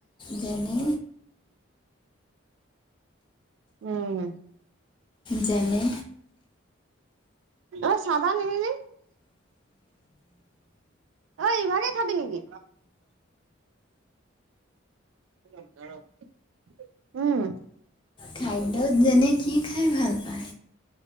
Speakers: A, on the left; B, on the right.
A: যেনে?
B: উম।
A: যেনে?
B: ঐ, চাহ তাহ নিনিলি? ঐ, ইভাগে খাবি নেকি? <inaudible> উম।
A: খাদ্যত যেনে কি খাই ভালপায়?